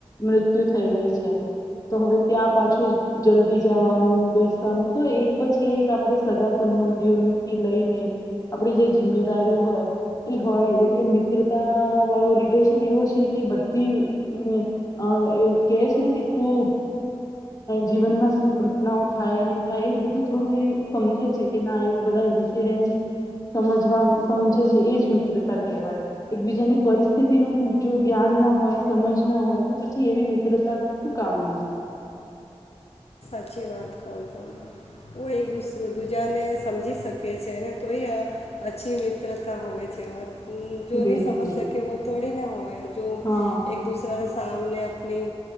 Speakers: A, on the left (about 35°); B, on the left (about 75°).
A: મૃત્યુ થઈ ગઈ છે. તો હવે ત્યાં પાછુ જલ્દી જાવાનું, બેસવાનું, તો એક પછી એક આપડે સગા-સંબંધીઓની થી લઈને આપડી જે જિમ્મેદારીઓ હોય એ હોય જ એટલે મિત્રતાવાળો રિલેશન એવો છે કે બધી અ કેહે છે ને કે શું જીવનમાં શું ઘટનાઓ થાય ની થાય એ બધું થોડું એ સમજે છે કે ના એવું બધા ઇન્સિડેન્ટ સમજવા સમજે છે એ જ મિત્રતા કહેવાય. એકબીજાની પરિસ્થિતિનું જો જ્ઞાન ના હોય સમજ ના હોય તો પછી એવી મિત્રતા શું કામની
B: સાચી વાત કો તમે કોઈ એક દૂસ દૂજાને સમજી શકે છે ને તોય અચ્છી મિત્રતા હોય છે. વાત જો
A: બિલકુલ
B: ને સમજ શકે વો તોડી ને હોવે. જો
A: હા
B: એક-દૂસરાને આમને અપની